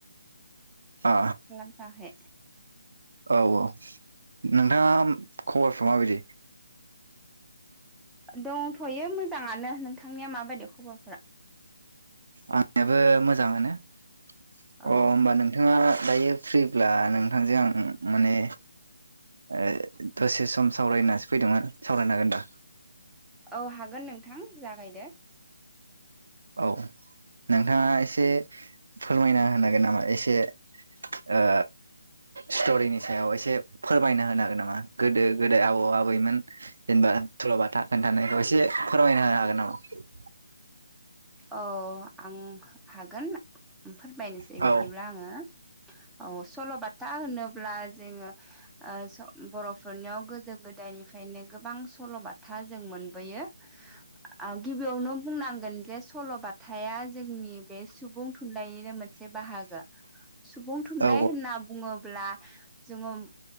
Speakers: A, on the right; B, in the centre.
A: अ
B: खालामथ'वाखै
A: औ औ नोंथाङा खबरफ्रा माबायदि
B: दंथ'यो मोजाङानो नोंथांनिया माबायदि खबरफोरा
A: आंनियाबो मोजाङानो अ
B: औ
A: होमबा नों नोंथाङा दायो फ्रिब्ला नोंथांजों आं माने ओ दसे सम सावरायनासो फैदोंमोन सावरायनो हागोन दा?
B: औ हागोन नोंथां जागायदो।
A: औ नोंथाङा एसे फोरमायना होनागोन नामा एसे <unintelligible> ओ स्ट'रिनि सायाव एसे फोरमायनो होनो हागोन नामा गोदो गोदाय आबौ आबैमोन जेनेबा थुल'बाथा खोन्थानायखौ एसे फोरमायनो होनो हागोन नामा?
B: अ आं हागोन फोरमायनोसै
A: हागोन
B: बिदिब्ला
A: नामा? औ
B: आङो औ सल'बाथा होनोब्ला जोङो ओ स' बर'फोरनियाव गोदो गोदायनिफ्रायनो गोबां सल'बाथा जों मोनबोयो।
A: <inaudible>
B: आ गिबियावनो बुंनांगोन जे सल'बाथ थाया जोंनि बे सुबुं थुनलाइनिनो मोनसे बाहागो। सुबुं थुनलाइ
A: औ
B: होनना बुङोब्ला जोङो